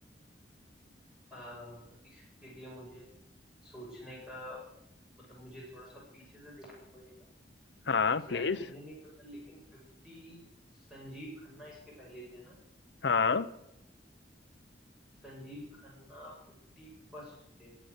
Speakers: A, in the centre; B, on the left.
A: आ, इसके लिए मुझे सोचने का मतलब मुझे थोड़ा सा पीछे से देखना पड़ेगा
B: हाँ
A: एग्जैक्ट
B: प्लीज
A: तो मुझे नहीं पता लेकिन फिफ्टी संजीव खन्ना इसके पहले थे ना
B: हाँ
A: संजीव खन्ना फिफ्टी फर्स्ट थे